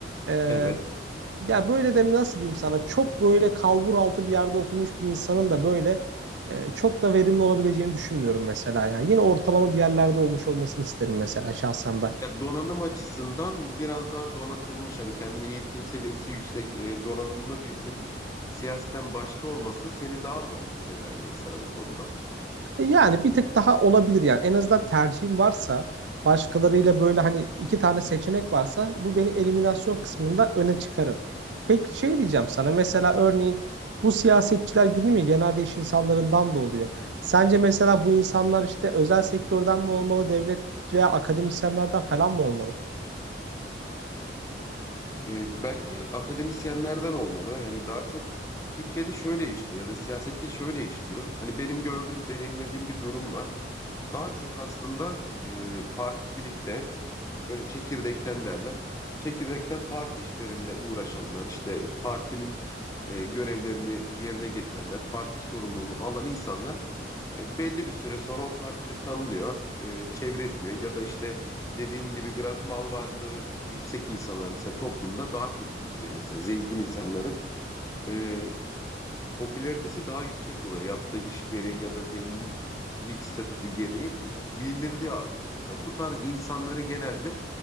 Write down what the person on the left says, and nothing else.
Evet.
Ya donanım açısından biraz daha donatılmış hani kendine eğitim seviyesi yüksek e, donanımlı birinin siyasetten başta olması seni daha mı mutlu ederdi mesela bu konuda?
E, bence akademisyenlerden olmalı. Hani daha çok Türkiye'de şöyle işliyor ya da siyasette şöyle işliyor. Hani benim gördüğüm, deneyimlediğim bir durum var. daha çok aslında e, particilikte böyle çekirdekten derler. Çekirdekten parti işlerinde uğraşanlar işte partinin e, görevlerini yerine getirenler, parti sorumluluğu alan insanlar e, belli bir süre sonra o partide tanınıyor, e, çevre ediniyor ya da işte dediğin gibi biraz mal varlığı yüksek insanlar mesela toplumda daha çok biliniyor mesela zengin insanların. E, popülaritesi daha yüksek oluyor. Yaptığı iş gereği ya da zenginlik statüsü gereği bilinirliği artıyor. Mesela bu tarz insanları genelde